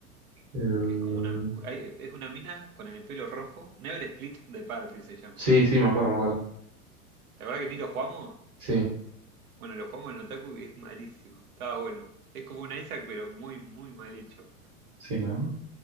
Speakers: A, on the right; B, on the right.
A: Eh,
B: que es como una. hay- es una mina con el pelo rojo. Never Split the Party se llama.
A: sí, sí, me acuerdo, me acuerdo.
B: ¿Te acuerdas que ni lo jugamos?
A: Sí,
B: Bueno, lo jugamos en Otaku y es malísimo. Estaba bueno. Es como un Isaac, pero muy, muy mal hecho.
A: sí, ¿no?